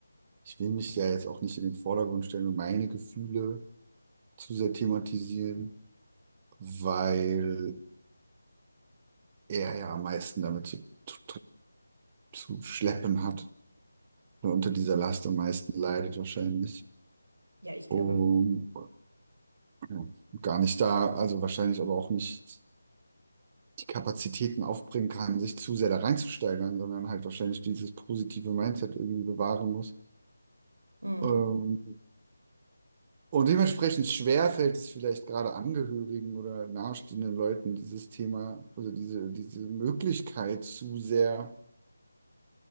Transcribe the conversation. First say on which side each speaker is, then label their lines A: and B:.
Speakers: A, on the right; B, on the right.
A: ich will mich ja jetzt auch nicht in den Vordergrund stellen und meine Gefühle zu sehr thematisieren, weil er ja am meisten damit zu, zu, zu schleppen hat. oder unter dieser Last am meisten leidet wahrscheinlich.
B: Ja, ich glaube,
A: Und ja, gar nicht da, also wahrscheinlich aber auch nicht die Kapazitäten aufbringen kann, sich zu sehr da reinzusteigern, sondern halt wahrscheinlich dieses positive Mindset irgendwie bewahren muss.
B: Mhm.
A: Ähm, und dementsprechend schwer fällt es vielleicht gerade Angehörigen oder nahestehenden Leuten, dieses Thema, also diese, diese Möglichkeit zu sehr